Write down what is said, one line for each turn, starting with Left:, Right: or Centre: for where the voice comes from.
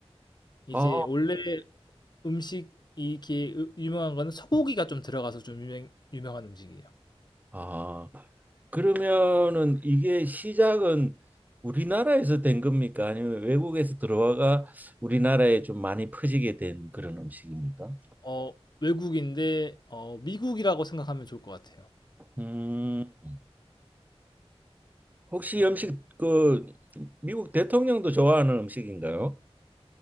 Left: 이제
Right: 아,
Left: 원래 음식 이게 으- 유명한 거는 소고기가 좀 들어가서 좀 유명 유명한 음식이에요.
Right: 아, 그러면은 이게 시작은 우리나라에서 된 겁니까? 아니면 외국에서 들어와가 우리나라에 좀 많이 퍼지게 된 그런 음식입니까?
Left: 어 외국인데 어 미국이라고 생각하면 좋을 것 같아요.
Right: 음, 혹시 이 음식 그 미국 대통령도 좋아하는 음식인가요?